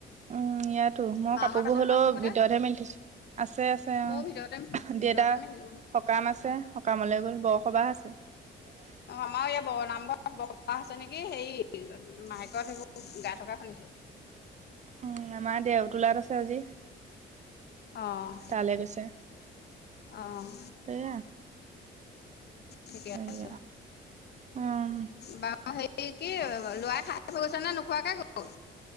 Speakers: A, on the right; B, on the left.
A: উ'ম, ইয়াতো মই
B: মাহঁত
A: কাপোৰবোৰ
B: আছে
A: হলেও
B: নহয় ঘৰতে
A: ভিতৰতহে মেলি থৈছোঁ। আছে, আছে। অ',
B: ময়ো ভিতৰতে ভিতৰতে
A: দেউতা
B: মেলিলো
A: সকাম আছে সকামলৈ গ'ল বৰসভা আছে। <unintelligible>
B: অ', আমাৰ ইয়াত বৰ নামঘৰত বসবাহ আছে নেকি, সেই মাইকত সেইবোৰ গায় থকা শুনিছোঁ।
A: উ'ম, আমাৰ দেওতোলাত আছে আজি।
B: অ'।
A: তালৈ গৈছে
B: অ'।
A: সেয়া
B: ঠিকে
A: সেয়া
B: আছে,
A: উম
B: বাও হেৰীত কি লৰাই খায় গৈছে নে, নোখোৱাকে ক'ত গ'ল?